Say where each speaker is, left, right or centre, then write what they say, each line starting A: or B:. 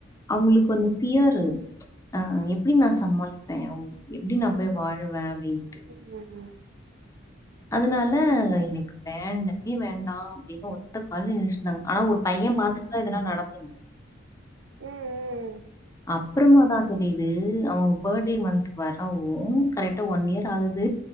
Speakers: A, on the left; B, on the right.
A: அவங்களுக்கு வந்து பியரு ஆ எப்டி நா சமாளிப்பே எப்டி நா போய் வாழுவே அப்டின்ட்டு
B: ம்
A: அதனால எனக்கு வேண்டவே வேண்டா அப்டின்னு ஒத்த கால்ல நின்னுட்ருந்தாங்க ஆனா ஒரு பைய பாத்துட்டுதா இதெல்லா நடந்தது
B: ம் ம்
A: அப்புறமா தா தெரியுது அவங்க பேர்டே மந்த் வரவோ கரெக்டா ஒன் இயர் ஆகுது